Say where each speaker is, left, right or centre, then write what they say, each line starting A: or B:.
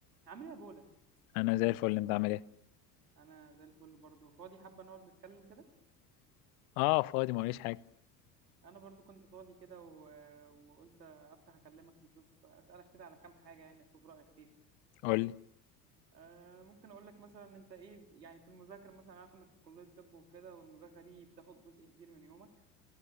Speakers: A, on the right; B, on the left.
A: عامل ايه يا بولا
B: انا زي الفل انت عامل ايه
A: انا زي الفل برضو فاضي حابه نقعد نتكلم كده
B: اه فاضي ما وريش حاجه
A: انا برضو كنت فاضي كده و... وقلت افتح اكلمك نشوف اسالك كده على كام حاجه يعني اشوف رايك فيها
B: قول لي
A: أه ممكن اقول لك مثلا انت ايه يعني في المذاكره مثلا عارف انك في كليه طب وكده والمذاكره دي بتاخد جزء كبير من يومك